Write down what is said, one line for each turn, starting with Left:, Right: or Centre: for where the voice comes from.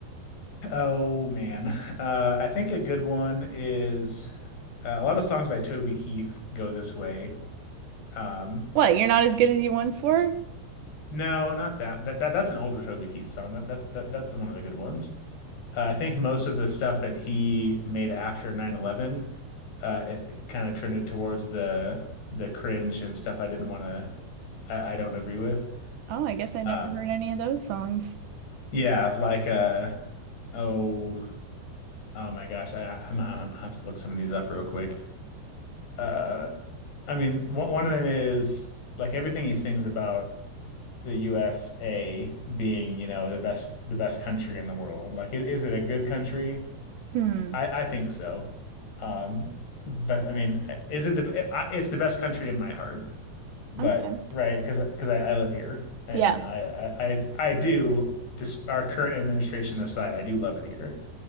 Left: Oh man, uh, I think a good one is uh, a lot of songs by Toby Keith go this way. Um,
Right: What, you're not as good as you once were?
Left: no, not that. That, that that's an older Toby Keith song. That, that's that, that's one of the good ones. Uh, I think most of the stuff that he made after 9/11 uh, it kind of trended towards the the cringe and stuff I didn't want to I, I don't agree with.
Right: Oh, I guess I never
Left: Um,
Right: heard any of those songs.
Left: yeah, like uh oh oh my gosh, I I'm, I'm I have to look some of these up real quick. Uh, I mean, one one of them is like everything he sings about the USA being, you know, the best the best country in the world. Like, i- is it a good country?
Right: Hmm.
Left: I I think so. Um, but I mean, is it the I- it's the best country in my heart, but
Right: Okay.
Left: right because because I, I live here and
Right: Yeah.
Left: I I I, I do dis our current administration aside, I do love it here.